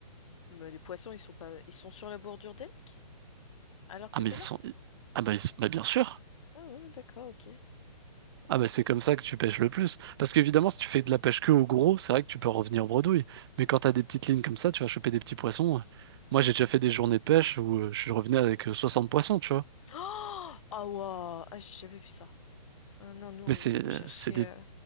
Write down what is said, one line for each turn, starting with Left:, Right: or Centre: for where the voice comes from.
Left: Mais les poissons, ils sont pas... Ils sont sur la bordure des lacs? Alors
Right: Ah,
Left: que
Right: mais
Left: t'es
Right: ils
Left: là?
Right: sont, ah, bah, ils- bah, bien sûr.
Left: Ah ouais, d'accord, ok.
Right: Ah bah c'est comme ça que tu pêches le plus. Parce qu'évidemment, si tu fais de la pêche que au gros, c'est vrai que tu peux revenir bredouille. Mais quand t'as des petites lignes comme ça, tu vas choper des petits poissons. Moi, j'ai déjà fait des journées de pêche où euh, je revenais avec euh, 60 poissons, tu vois.
Left: Oh! Ah waouh! Ah, j'ai jamais vu ça. Ah non, nous, on,
Right: Mais c'est
Left: on
Right: euh,
Left: cherchait...
Right: c'est des,
Left: euh,